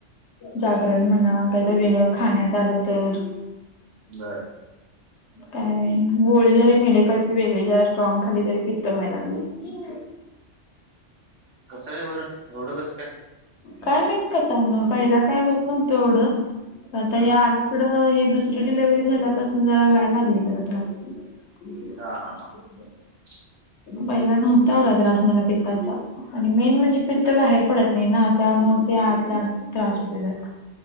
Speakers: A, on the left; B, on the right.
A: जागरण म्हणा काहीत वेगळ खाण्यात आलं तर.
B: बरं.
A: काय आहे? गोळी जरी मेडिकल ची वेगळी जरा स्ट्रॉग खाल्ली तरी पित्त व्हाय लागली.
B: कसं काय बरं एवढं कसं काय?
A: काय माहित इतकं काय नाय पहिला काय होत नव्हतं एवढं आता हे.
B: हम्म
A: <unintelligible> कडं ही दुसरी डिलेव्हरी झाल्यापासून जरा व्हाय लागली जरा त्रास. <inaudible>
B: हां, <unintelligible>
A: पहिला नव्हता एवढा त्रास मला पित्ताचा आणि मेन म्हणजे पित्त बाहेर पडत नाही ना त्यामुळे ते आतल्या त्रास होतोय जास्